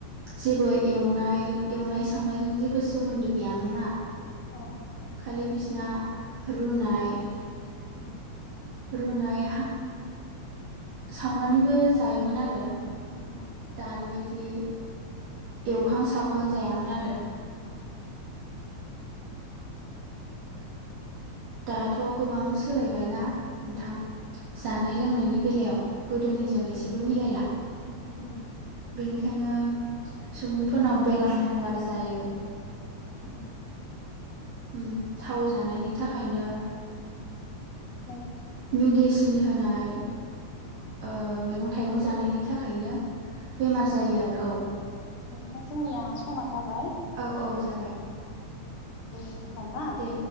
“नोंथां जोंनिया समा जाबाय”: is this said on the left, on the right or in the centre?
Left